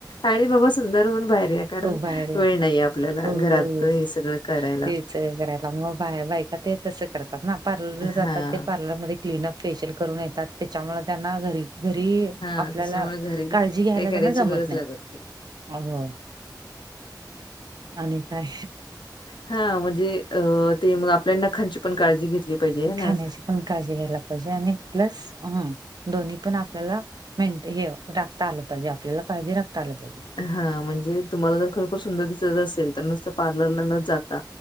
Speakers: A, on the left; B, on the right.
A: आणि बाबा सुंदर होऊन बाहेर या. कारण
B: बाहेर या.
A: वेळ नाहीेये आपल्याला
B: हो
A: घरात
B: हो हो.
A: हे सगळं करायला.
B: तेच करायला म बा बायका ते तसं करतात ना पार्लरला
A: हां,
B: जातात ते पार्लरमध्ये क्लीनअप फेशियल करून येतात त्याच्यामुळे त्यांना घरी घरी
A: हां.
B: आपल्याला
A: त्याच्यामुळे घरी
B: काळजी घ्यायला
A: काही करायची
B: त्यांना जमत
A: गरज
B: नाय.
A: लागत नाही.
B: आ हो. आणि काय?
A: हा म्हणजे अ ते मग आपल्या नखांची पण काळजी घेतली पाहिजे हे
B: खाण्याची
A: ना
B: पण काळजी घ्यायला पाहिजे आणि प्लस हं दोन्ही पण आपल्याला मेंट हे राखता आलं पाहिजे आपल्याला काळजी राखता आलं पाहिजे.
A: हा म्हणजे तुम्हाला जर खरोखर सुंदर दिसायचं असेल तर नुसतं पार्लरला न जाता